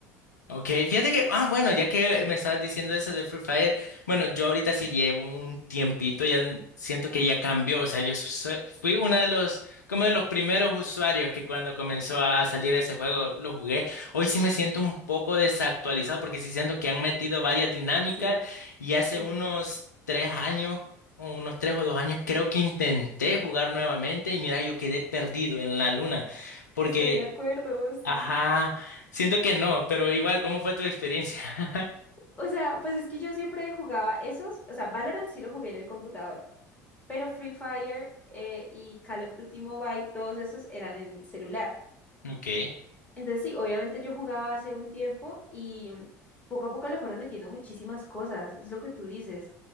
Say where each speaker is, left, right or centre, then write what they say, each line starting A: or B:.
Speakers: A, on the left; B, on the left.
A: Ok, fíjate que, ah, bueno, ya que me estabas diciendo eso de Free Fire, bueno, yo ahorita sí llevo un tiempito, ya n- siento que ya cambió, o sea, yo so- so- fui uno de los, como de los primeros usuarios que cuando comenzó a salir ese juego lo jugué. Hoy sí me siento un poco desactualizado porque sí siento que han metido varias dinámicas
B: Sí.
A: y hace
B: Es
A: unos
B: verdad.
A: tres años, o unos tres o dos años, creo que intenté jugar nuevamente y mira, yo quedé perdido en la luna porque...
B: Estoy de acuerdo, sí.
A: Ajá, siento que no, pero igual, ¿cómo fue tu experiencia? <laughs>
B: O sea, pues es que yo siempre jugaba esos, o sea, Valorant sí lo jugué en el computador, pero Free Fire eh, y Call of Duty Mobile, todos esos eran en el celular.
A: Ok.
B: Entonces sí, obviamente yo jugaba hace un tiempo y mm, poco a poco le fueron metiendo muchísimas cosas, es lo que tú dices.